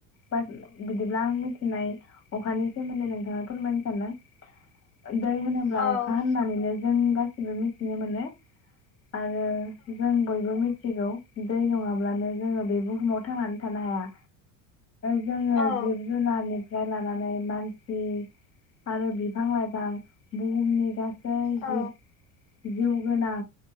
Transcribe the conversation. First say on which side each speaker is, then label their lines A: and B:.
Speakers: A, on the left (about 35°); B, on the left (about 85°).
A: बा बिदिब्ला आं मिथिनाय अखानि सोमोन्दै नोंथानो फोरमायनो सानदों दै होनोब्ला
B: औ
A: अखा होननानैनो जों गासिबो मिथिनो मोनो आरो जों बयबो मिथिगौ दै नङाब्लानो जोङो बे बुहुमाव थांनानै थानो हाया जोङो
B: औ
A: जिब जुनारनि फ्रा लानानै मानसि आरो बिफां लाइफां बुहुमनि गास गसै
B: औ
A: जिब जिउ गोनां